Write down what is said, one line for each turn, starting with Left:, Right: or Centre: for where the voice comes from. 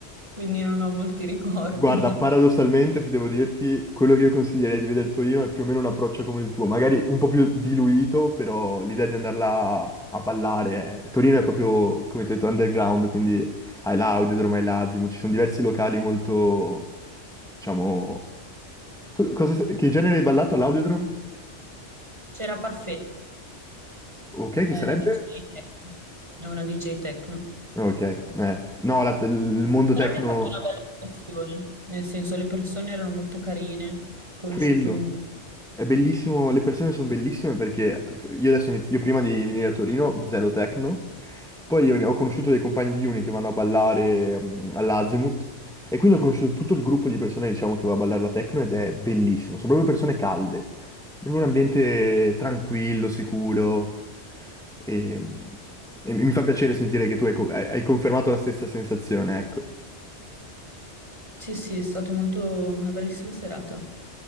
Right: quindi non ho molti ricordi.
Centre: Guarda, paradossalmente,
Right: <laughs>
Centre: se devo dirti, quello che io consiglierei di vedere Torino è più o meno un approccio come il tuo, magari un po' più diluito, però l'idea di andarla a ballare è... Torino è proprio, come ti ho detto, underground, quindi hai l'Audiodromo, hai l'Azimo, ci sono diversi locali molto, diciamo... Tu cosa- Che genere hai ballato all'Audiodrome?
Right: C'era Parfait,
Centre: Ok, che
Right: eh,
Centre: sarebbe?
Right: DJ Techno. È una DJ Techno.
Centre: Ok, eh. No, la- il mondo
Right: Però
Centre: tecno
Right: mi ha fatto una bella impressione, nel senso le persone erano molto carine, ho conosciuto
Centre: Quello.
Right: un...
Centre: È bellissimo, le persone sono bellissime perché io adesso inizio- io prima di venire a Torino, zero techno, poi io ne- ho conosciuto dei compagni di uni che vanno a ballare mm, all'Azimut e quindi ho conosciuto tutto il gruppo di persone diciamo che va a ballare la techno ed è bellissimo, sono proprio persone calde, proprio un ambiente tranquillo, sicuro e, e mi mi fa piacere sentire che tu hai, co- hai hai confermato la stessa sensazione, ecco.
Right: Sì, sì, è stata molto una bellissima serata.